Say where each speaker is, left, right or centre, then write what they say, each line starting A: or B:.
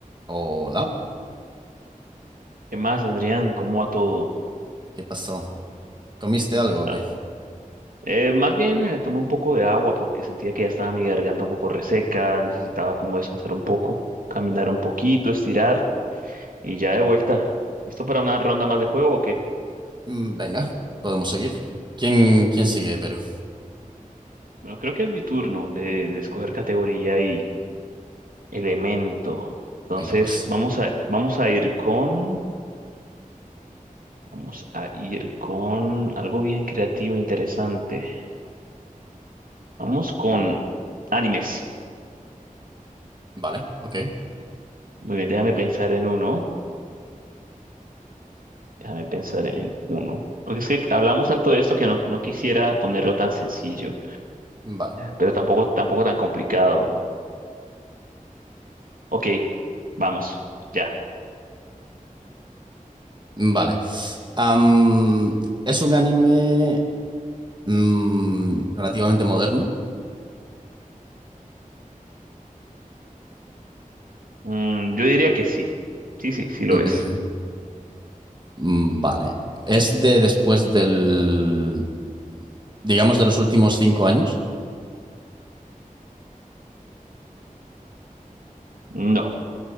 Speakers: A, on the right; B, on the right.
A: Hola,
B: ¿Qué más, Adrián? ¿Cómo va todo?
A: ¿qué pasó? ¿Comiste algo
B: Está-
A: o qué?
B: Eh, más bien eh, tomé un poco de agua porque sentía que ya estaba mi garganta un poco reseca, necesitaba como descansar un poco, caminar un poquito, estirar y ya de vuelta. ¿Listo para una ronda más de juego o qué?
A: Mm, Venga, podemos seguir. ¿Quién, quién sigue, pero?
B: Bueno, creo que es mi turno de, de escoger categoría y elemento. Entonces,
A: Venga, pues.
B: vamos a, vamos a ir con, vamos a ir con algo bien creativo, e interesante. Vamos con animes.
A: Vale, ok,
B: Muy bien, déjame pensar en uno. Déjame pensar en uno. Porque es que hablamos tanto de esto que no, no quisiera ponerlo tan sencillo,
A: vale,
B: pero tampoco, tampoco tan complicado. Ok, vamos, ya.
A: vale. Am, es un anime mm, relativamente moderno.
B: Mm, yo diría que sí. Sí, sí, sí lo
A: Mm,
B: es.
A: mm, vale. Es de después del, digamos, de los últimos cinco años.
B: No,